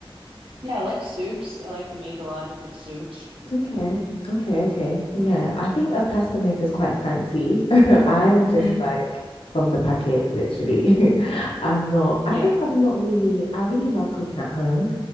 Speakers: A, on the right (about 65°); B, on the left (about 75°).
A: Yeah, I like soups. I like to make a lot of different soups.
B: Okay. Okay. Okay. Yeah. I think a pasta maker is quite fancy. <laughs> I'm just
A: hmm
B: like from the packet, literally. <laughs> I'm not, I
A: Yeah.
B: think I'm not really, I really love cooking at home,